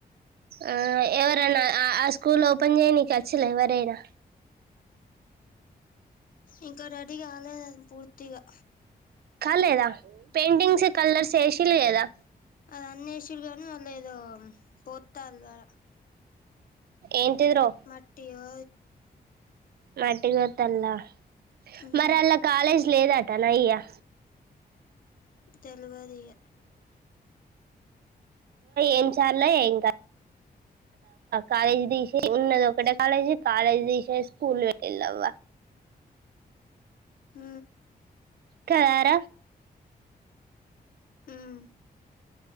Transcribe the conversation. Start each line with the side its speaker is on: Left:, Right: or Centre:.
Right: ఆ ఎవరైనా ఆ స్కూల్ ఓపెన్ చేయనీకి అచ్చల్లా ఎవరైనా
Left: ఇంకా రెడీ కాలేదు అది పూర్తిగా
Right: కాలేదా పేటింగ్స కలర్ వేసిల్లు గదా
Left: అద అన్నేషిడుగానీ వాళ్ళ ఏదో పొత్తాల ఆడ
Right: ఏంటిదిరో
Left: మట్టియొ
Right: మట్టిగతల్లా
Left: ఉమ్
Right: మరి అలా కాలేజీ లేదట నయ్యా
Left: తెలవదియ
Right: ఏం చేయాలో ఇంకా కాలేజ్ దసేసి ఉన్నది ఒకటె కాలేజ్ కాలేజ్ దసేసి స్కూల్ వెట్టిల్లు అవ్వ
Left: ఊ
Right: గార <inaudible>
Left: ఉమ్